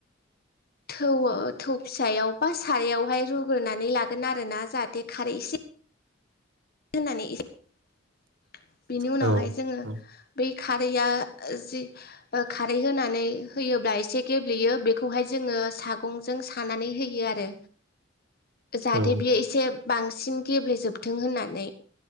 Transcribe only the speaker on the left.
थौ थौ फिसायाव बा सारायावहाय रुग्रोनानै लागोन आरोना जाहाथे खारै एसे होनानै इसे बेनि उनावहाय
जोङो
बेै खारैया जि खारै होनानै होयोब्ला एसे गेब्लेयो बेखौहाय जोङो सागंजों सानानै होयो आरो जाहाथे
बियो एसे बांसिन गेब्लेेजोबथों होनना नै